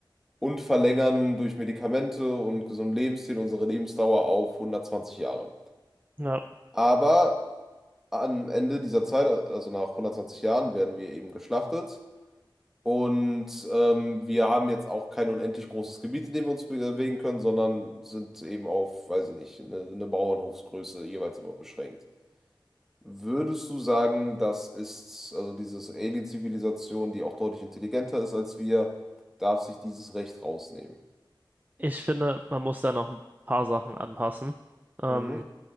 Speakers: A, in the centre; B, on the right (about 20°).
A: Und verlängern durch Medikamente und gesunden Lebensstil unsere Lebensdauer auf 120 Jahre.
B: ja.
A: Aber am Ende dieser Zeit, also nach 120 Jahren, werden wir eben geschlachtet Und ähm, wir haben jetzt auch kein unendlich großes Gebiet, in dem wir uns bewegen können, sondern sind eben auf, weiß ich nicht, eine, eine Bauernhofsgröße jeweils immer beschränkt. Würdest du sagen, das ist, also diese Alien-Zivilisation, die auch deutlich intelligenter ist als wir, darf sich dieses Recht rausnehmen?
B: Ich finde, man muss da noch ein paar Sachen anpassen. Ähm,
A: Mhm,